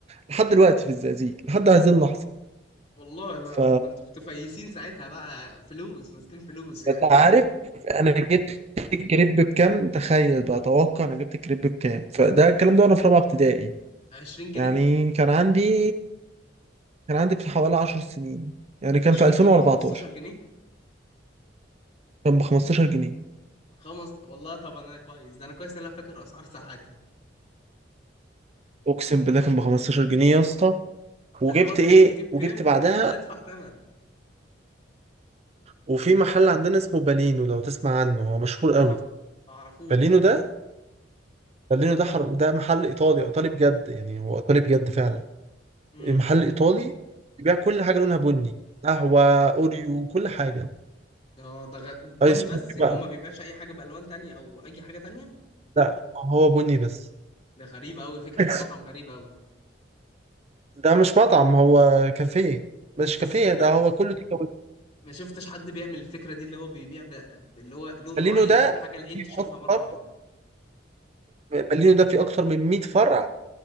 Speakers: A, on the right; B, on the left.
A: لحد دلوقتي في الزقازيق لحد هذه اللحظه
B: والله لا
A: ف
B: ده انتوا كنتوا فايسين ساعتها بقى فلوس ماسكين فلوس يعني
A: انت عارف انا جبت الكريب بكام تخيل بقى توقع انا جبت الكريب بكام فده الكلام ده وانا في رابعه ابتدائي
B: 20 جنيه
A: يعني كان عندي كان عندي في حوالي 10 سنين يعني كان
B: 20
A: في 2014
B: جنيه 15 جنيه
A: كان ب 15 جنيه
B: خمس والله طب انا كويس ده انا كويس إن انا فاكر اسعار ساعتها
A: اقسم بالله كان ب 15 جنيه يا اسطى
B: انت
A: وجبت
B: دلوقتي
A: ايه
B: عشان تجيب
A: وجبت
B: كريب
A: بعدها
B: هتدفع ثمن
A: وفي محل عندنا اسمه بالينو لو تسمع عنه هو مشهور
B: لا
A: قوي
B: ما اعرفوش
A: بالينو ده بالينو ده حر... ده محل ايطالي ايطالي بجد يعني هو ايطالي بجد فعلا
B: امم
A: محل ايطالي بيبيع كل حاجه لونها بني قهوه اوريو كل حاجه
B: اه ده غ... بني
A: ايس
B: بس
A: كوفي
B: يعني
A: بقى
B: هو ما بيبيعش اي حاجه بالوان تانية او اي حاجه تانية
A: لا هو بني بس
B: ده غريبه قوي فكره
A: <laughs>
B: المطعم غريبه قوي
A: ده مش مطعم هو كافيه مش
B: بس
A: كافيه
B: فكرة
A: ده هو كله تيك أواي.
B: ما شفتش حد بيعمل الفكرة دي اللي هو بيبيع ب... اللي هو لون
A: بالينو
B: معين
A: ده
B: أو حاجة العين تشوفها مرة
A: أكتر
B: واحدة
A: بالينو ده فيه أكتر من 100 فرع